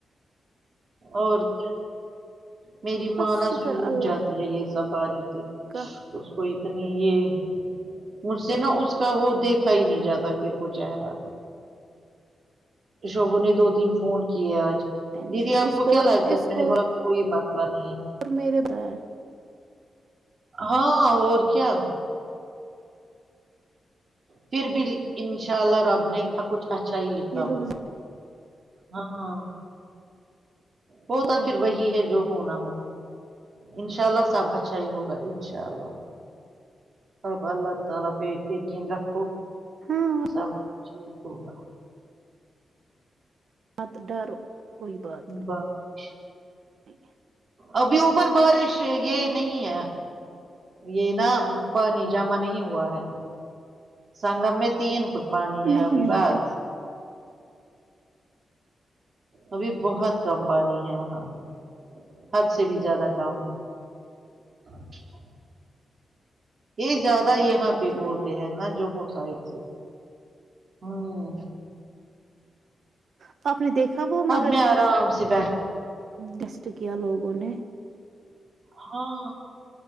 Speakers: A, on the right (about 50°); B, on the right (about 60°).
A: اور کیا میری
B: بس
A: مانا
B: شکر
A: سوکھ
B: اللہ
A: جاتی ہے یہ سب باری اس
B: کا
A: کو اتنی یہ مجھ سے نا اس کا وہ دیکھا ہی نہیں جاتا پھر وہ چہرہ شبو نے دو تین فون کیے آج
B: ٹینشن
A: دیدی آپ
B: اس
A: کو کیا لگتا
B: اس
A: ہے میں
B: کو
A: نے بولا کوئی مسئلہ نہیں ہے
B: اور میرے بعد
A: ہاں اور کیا پھر بھی ان شاء اللہ رب نے کچھ اچھا ہی لکھا
B: یہ لوگ
A: ہوگا ہاں ہوتا
B: کیا
A: پھر وہی ہے جو ہونا ہوتا انشاء اللہ سب اچھا ہی ہوگا ان شاء اللہ اب اللہ تعالی پہ یقین رکھو
B: ہاں
A: سب کچ ٹھیک ہوگا
B: مت ڈرو کوئی بات نہیں
A: بارش
B: <unintelligible>
A: ابھی اوپر بارش یہ نہیں ہے یہ نا پانی جامع نہیں ہوا ہے سنگم میں تین فٹ پانی ہے
B: نہیں
A: ابھی
B: نہیں
A: بس
B: کہا
A: ابھی بہت کم پانی ہے وہاں حد سے بھی زیادہ کم <unintelligible> یہ زیادہ یہاں پہ
B: کیا
A: بولتے
B: کرے
A: ہیں نا جموں سائڈ ہاں
B: تو آپ نے دیکھا وہ مگر
A: اب میں آرام سے بیٹھ
B: ڈسٹ کیا لوگوں نے
A: ہاں